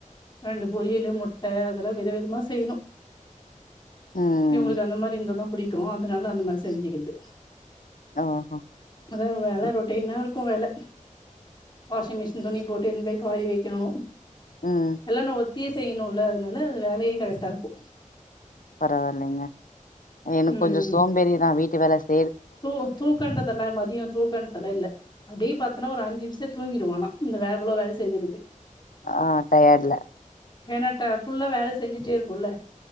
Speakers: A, on the left; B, on the left.
A: ரெண்டு பொரியலு முட்டஅதெல்லா வித விதமா செய்யணு
B: ம்
A: இவங்களுக்கு அந்த மாரி இருந்தாதா ப் புடிக்கு அதனால அந்த மாதிரி செஞ்சுக்கிது
B: ஓஹோ
A: அதா வேல
B: ம்
A: ரொட்டின்னா கும் வேல வாஷிங் மிஷின் துணி போட்டு இ போ காய வைக்கணு
B: ம்.
A: எல்லா நோவு திய செய்யணுல அதனால அது வேலையே கரெட்டா இருக்கு
B: பரவாயில்லங்க எனக்கு
A: ம்
B: கொஞ்சோ சோம்பேறிதான் வீட் <unintelligible>
A: தூ தூக்கண்டதெல்லா மதியோ தூக்கண்தெல்லா இல்ல அப்படியே பாத்தோனா ஒரு அஞ்சு நிமிஷத் தூங்கிடுவோ ஆனா இந்த வேலபுல்லா வேல செஞ்சதுக்கு
B: ஆ டயட்ல
A: ஏனாட்டா ஃபுல்லா வேல செஞ்சுட்டே இருக்குல்ல